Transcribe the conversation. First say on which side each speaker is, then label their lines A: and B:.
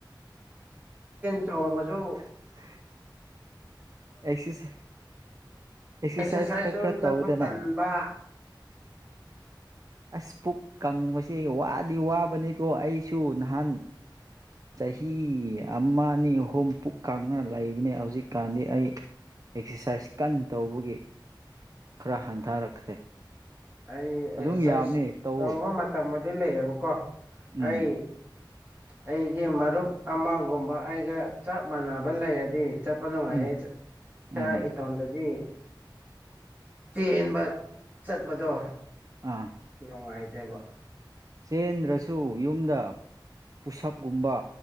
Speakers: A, on the right; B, on the right.
A: ꯆꯕꯁꯨꯣ
B: ꯎ ꯑꯦꯁꯤ ꯁ ꯑꯦꯛꯁꯔꯁꯥꯏꯁ
A: ꯑꯦꯛꯁꯔꯁꯥꯏꯁꯁꯨ
B: ꯈꯔ ꯈꯔ
A: ꯆꯠꯄ
B: ꯇꯧꯗꯅ
A: ꯇꯟꯕ
B: ꯑꯁ ꯄꯨꯛ ꯀꯪꯕꯁꯦ ꯋꯥꯗꯤ ꯋꯥꯕꯅꯤꯀꯣ ꯑꯩꯁꯨ ꯅꯍꯥꯟ ꯆꯍꯤ ꯑꯃ ꯑꯅꯤ ꯑꯍꯨꯝ ꯄꯨꯛ ꯀꯥꯡꯅ ꯂꯩꯕꯅꯤ ꯍꯧꯖꯤꯛꯀꯥꯟꯗꯤ ꯑꯩ ꯑꯦꯛꯁꯔꯁꯥꯏꯁ ꯀꯟ ꯇꯧꯕꯒꯤ ꯈꯔ ꯍꯟꯊꯔꯛꯈ꯭ꯔꯦ
A: ꯑꯩ
B: ꯑꯗꯨꯝ
A: ꯑꯦꯛꯁꯔꯁꯥꯏꯁ
B: ꯌꯥꯕꯅꯦ ꯇꯧꯑꯣ
A: ꯇꯧꯕ ꯃꯇꯝꯕꯨꯗꯤ ꯂꯩꯌꯦꯕꯀꯣ
B: ꯎꯝ
A: ꯑꯩ ꯑꯩꯒꯤ ꯃꯔꯨꯞ ꯑꯃꯒꯨꯝꯕ ꯑꯩꯒ ꯆꯞ ꯃꯥꯟꯅꯕ ꯂꯩꯔꯗꯤ ꯆꯠꯄ ꯅꯨꯡꯉꯥꯏ
B: ꯎꯝ
A: ꯑꯩꯁꯨ
B: ꯎꯝ
A: ꯏꯇꯣꯝꯗꯗꯤ ꯇꯦꯟꯕ ꯆꯠꯄꯗꯣ
B: ꯑ
A: ꯅꯨꯡꯉꯥꯏꯇꯕ
B: ꯆꯦꯟꯗ꯭ꯔꯁꯨ ꯌꯨꯝꯗ ꯄꯨꯁꯞꯀꯨꯝꯕ